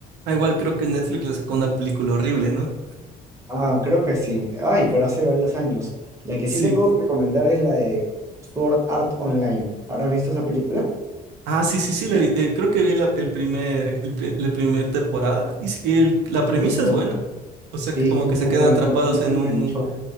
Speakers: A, on the right; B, on the right.
A: Ah, igual creo que Netflix le sacó una película horrible, ¿no?
B: Ah, creo que sí. Ay, pero hace varios años. La que
A: Sí.
B: sí te puedo recomendar es la de Sword Art Online. ¿Habrás visto esa película?
A: Ah, sí, sí, sí, la vi. Eh, creo que vi la, el primer, el, pri- la primer temporada y, sí, y el- la premisa
B: Muy buena.
A: es buena. O sea
B: Sí,
A: que como
B: es
A: que
B: muy
A: se quedan
B: buena.
A: atrapados
B: A mí, a mí me
A: en
B: enganchó
A: un,